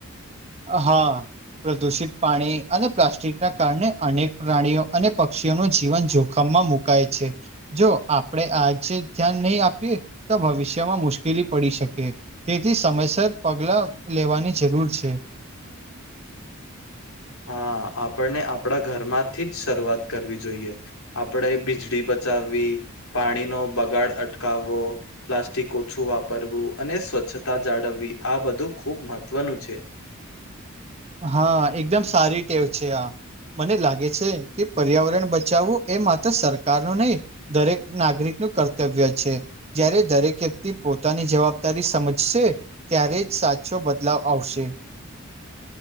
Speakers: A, on the right; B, on the left.
A: હા, પ્રદુષિત પાણી અને પ્લાસ્ટિક ના કારણે અનેક પ્રાણીઓ અને પક્ષીઓ ન જીવન જોખમમાં મુકા મુકાઈ છે. જો આપણેે આજે ધ્યાન નહીં આપીએ તો ભવિષ્યમાં મુશ્કેલી પડી સેકે તેથી સમયસર પગલા લેવાની જરૂર છે.
B: હા, આપણને આપણા ઘરમાંથી જ શરૂઆત કરવી જોઈએ. આપણે વીજળી બચાવવી પાણીનો બગાડ અટકાવવો. પ્લાસ્ટિક ઓછું વાપરવું અને સ્વચ્છતા જાળવવી આ બધું ખુબ મહત્વનું છે.
A: હા એકદમ સારી ટેવ છે, આ મને લાગે છે, કે પર્યાવરણ બચાવવું એ માત્ર સરકાર નો નઈ દરેક નાગરિક નું કર્તવ્ય છે. જ્યારે દરેક વ્યક્તિ પોતાની જવાબદારી સમજશે. ક્યારે જ સાચો બદલાવ આવશે.